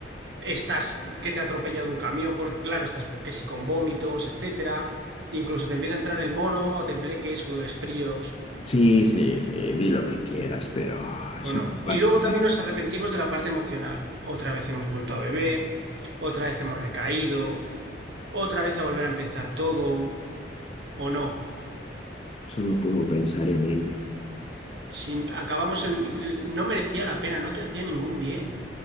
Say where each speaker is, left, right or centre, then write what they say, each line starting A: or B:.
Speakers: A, on the right (about 75°); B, on the left (about 35°).
A: estás que te ha atropellado un camión, porque claro, estás que si con vómitos, etcétera. Incluso te empieza a entrar el mono, tembleques, sudores fríos,
B: Sí, sí, sí, di lo que quieras, pero ah, eso
A: o no.
B: no
A: Y
B: va a acabar.
A: luego también nos arrepentimos de la parte emocional. Otra vez hemos vuelto a beber, otra vez hemos recaído, otra vez a volver a empezar todo, o no.
B: Solo puedo pensar en ello.
A: Si acabamos en... No merecía la pena, no te hacía ningún bien.